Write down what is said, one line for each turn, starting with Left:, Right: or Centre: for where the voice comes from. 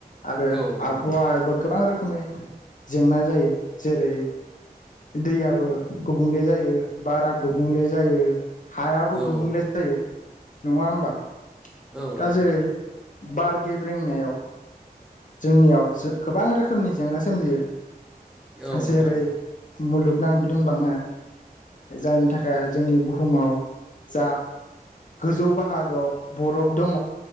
Left: आरो
Centre: औ नोंथां
Left: आबहावा गोबां रोखोमै जेंना जायो जेरै दैयाबो गुबुंले जायो बारा गुबुंले जायो हायाबो
Centre: औ
Left: गुबुंले जायो नङा होमबा
Centre: औ नोंथां
Left: दा जेरै बार गेब्रेंनायाव जोंनियाव जो गोबां रोखोमनि जेंना सोमजियो
Centre: औ
Left: जेरै
Centre: नोंथां
Left: मुलुग नांबिदुं बांनाय जायनि थाखाय जोंनि बुहुमाव जा गोजौ बाहागोआव बरफ दङ